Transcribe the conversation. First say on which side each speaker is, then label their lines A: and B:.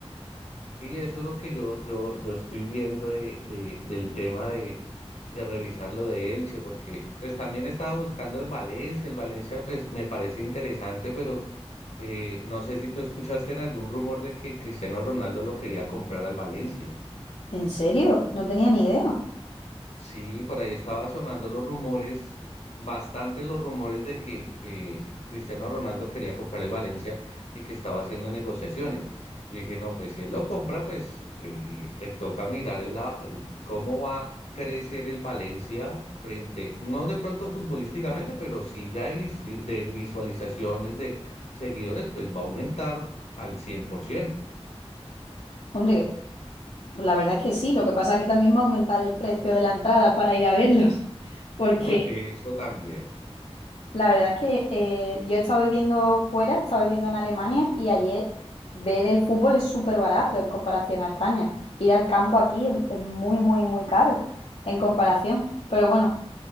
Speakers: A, on the left; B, on the left.
A: Sí, eso es lo que yo, yo, yo estoy viendo de, de- del tema de, de revisar lo de Elche, porque pues también estaba buscando el Valencia, el Valencia pues me parece interesante, pero Eh, no sé si tú escuchaste en algún rumor de que Cristiano Ronaldo lo quería comprar al Valencia.
B: ¿En serio? No tenía ni idea.
A: Sí, por ahí estaba sonando los rumores, bastante los rumores de que eh, Cristiano Ronaldo quería comprar el Valencia y que estaba haciendo negociaciones. Yo dije, no, pues si él lo compra, pues eh, eh, toca mirar el la- el- cómo va a crecer el Valencia frente, no de pronto futbolísticamente, pero sí ya de visu- de visualizaciones, de seguidores, pues va a aumentar al 100%.
B: Hombre, que- pues la verdad es que sí, lo que pasa es que también va a aumentar el precio de la entrada para ir a verlos, <laughs> porque
A: Bue- Eso también.
B: la verdad es que eh, yo he estado viviendo fuera, he estado viviendo en Alemania y ayer ver el fútbol es súper barato en comparación a España. Ir al campo aquí es, es muy, muy, muy caro en comparación. Pero bueno,